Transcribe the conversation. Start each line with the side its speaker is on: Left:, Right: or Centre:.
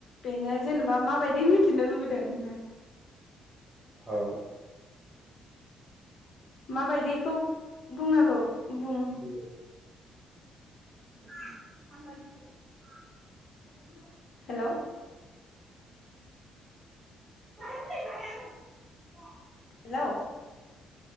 Left: बेनो जेनेबा माबायदि मिथिनो लुबै दों नों।
Right: औ।
Left: माबायदिखौ बुंनांगौ बुं।
Right: बे <unintelligible>
Left: <inaudible> हेलौ।
Right: <unintelligible>
Left: हेलौ।